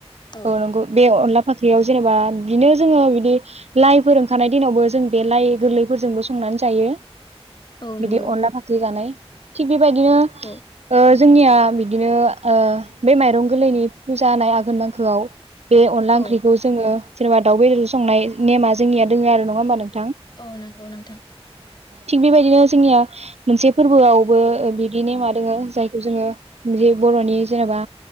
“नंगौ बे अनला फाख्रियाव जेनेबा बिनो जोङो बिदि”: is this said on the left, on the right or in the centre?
Right